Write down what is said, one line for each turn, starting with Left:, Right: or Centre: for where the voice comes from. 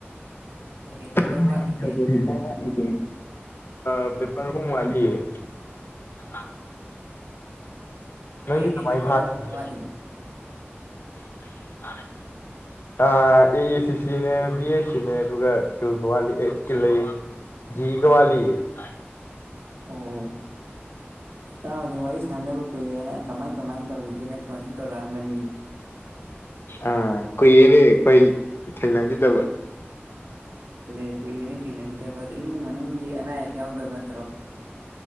Right: ꯀꯩꯀꯩ ꯄꯦꯄꯔ
Left: <unintelligible>
Right: ꯋꯥꯠꯂꯤꯒꯦ
Left: ꯑ ꯄꯦꯄꯔ ꯑꯍꯨꯝ ꯋꯥꯂꯤꯌꯦ <unintelligible> ꯅꯪꯗꯤ
Right: ꯀꯩ ꯀꯩ
Left: ꯀꯃꯥꯏꯅ
Right: ꯄꯦꯄꯔꯅꯣꯕꯗꯣ
Left: <unintelligible>
Right: ꯋꯥꯠꯂꯤꯗꯣ
Left: <unintelligible> <unintelligible>
Right: ꯑꯣ ꯇꯥꯎꯖꯦ ꯋꯥꯔꯤ ꯁꯥꯟꯗꯕ <unintelligible> ꯀꯨꯏꯔꯦꯅ ꯀꯃꯥꯏ ꯀꯃꯥꯏꯅ ꯇꯧꯔꯤꯒꯦꯅ ꯐꯣꯟ ꯁꯨꯝ ꯇꯧꯔꯛꯑꯝꯕꯅꯤꯅꯦ
Left: ꯑꯥ ꯀꯨꯏꯔꯦꯅꯦ ꯑꯩꯈꯣꯏ ꯊꯦꯡꯅꯈꯤꯗꯕ
Right: ꯑꯗꯨꯗꯤ ꯀꯨꯏꯔꯦꯅꯦ ꯊꯦꯡꯅꯈꯤꯗꯕ ꯑꯗꯣ ꯏꯃꯨꯡ ꯃꯅꯨꯡꯗꯤ ꯑꯅꯥ ꯑꯌꯦꯛ ꯌꯥꯎꯗꯕ ꯅꯠꯇ꯭ꯔꯣ